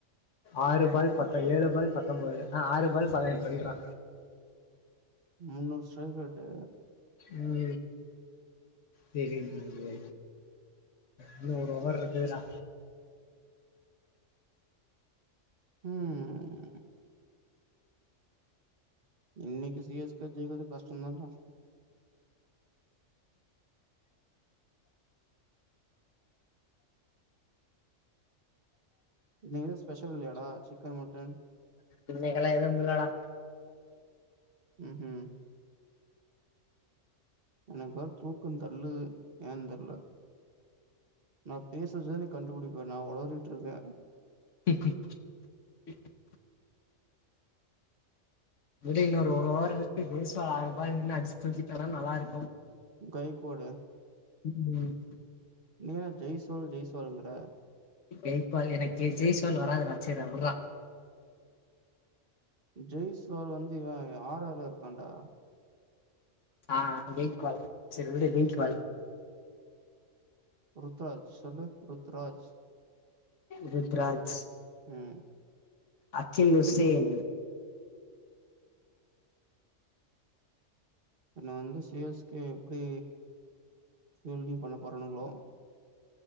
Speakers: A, on the left (about 70°); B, on the right (about 50°).
A: ஆறு பால் பத்த ஏழு பால் பத்தொன்பது ஆ ஆறு பால் பதினெட்டு ரன் ரா
B: முன்னூறு ஸ்ட்ரைக் அவுட்டு
A: உம் தெரிலியே இன்னு ஒரு ஓவர் இருக்குடா
B: உஹ்ம் இன்னைக்கு சிஎஸ்கே ஜெயிக்கிறது கஷ்டோ தா டா இன்னைக்கு எது ஸ்பெஷல் இல்லயாடா சிக்கன் மட்டன்
A: இன்னைக்கெல்லா எதுவும் இல்லடா
B: உஹம் உம் எனக்கு வேர தூக்கோ தள்ளுது ஏ தெர்ல நா பேசுச கண்டுபிடிப்ப நா உளறிட்டு இருக்க
A: <inaudible> இரு இன்னொரு ஒரு ஓர் இருக்கு <unintelligible> நின்னு அடிச்சு தூக்கிட்ட தா நல்லா இருக்கு
B: கைக்கூட
A: <inaudible>
B: நீ ஏன் ஜெய்சோல் ஜெய்சோல்ங்கற
A: எய்ட் பால் எனக்கே ஜெய்சோல்ன்னு வராதுடா சேரிரா வுட்ரா
B: ஜெய்ஸ்வால் வந்து இவ ஆர் ஆர்ல இருக்கான்டா
A: ஆ ஜெய்ஸ்வால் சேரி வுடு ஜெய்ஸ்வால்
B: ருத்ராஜ் சொல்லு ருத்ராஜ்
A: ருத்ராஜ்
B: ம்
A: அக்கேல் ஹோசேன்
B: இவன வந்து சி எஸ் கே எப்டி ஃபில்டிங் பண்ண போறாணுங்ளோ